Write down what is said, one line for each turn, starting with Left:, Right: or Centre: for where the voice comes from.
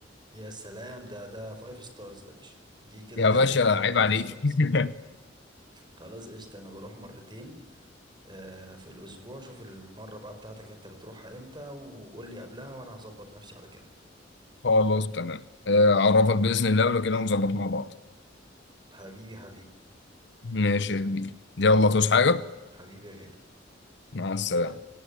Right: يا سلام ده ده فايف ستارز ده يا باشا دي كده
Left: يا
Right: خدمه
Left: باشا
Right: دي
Left: عيب
Right: فايف
Left: عليك
Right: ستارز
Left: <laughs>
Right: خلاص قشطه انا بروح مرتين آه، في الاسبوع شوف المره بقى بتاعتك انت بتروحها امتى وقول لي قبلها وانا هظبط نفسي على كده
Left: خلاص تمام آه، اعرفك باذن الله ولو كده نظبط مع بعض
Right: حبيبي حبيبي
Left: ماشي يا كبير يلا تصحى حاجه
Right: حبيبي يا غالي
Left: مع السلامه
Right: سلام